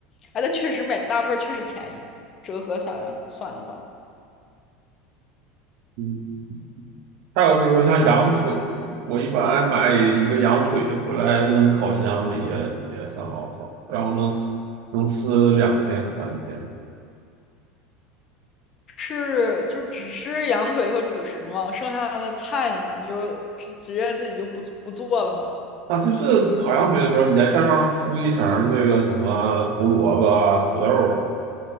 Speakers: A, on the left (about 40°); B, on the right (about 65°).
A: 哎，但确实买大份儿确实便宜，折合下来算的话。
B: <laughs> 还有比如说像羊腿，我一般买一个羊腿回来扔烤箱里也也很好烤，然后能吃能吃两天三天。
A: 是就只吃羊腿和主食吗？剩下的菜呢，你就直直接自己就不不做了吗？
B: 啊，就是你烤羊腿的时候，你在下面铺一层这个什么胡萝卜啊、土豆儿什么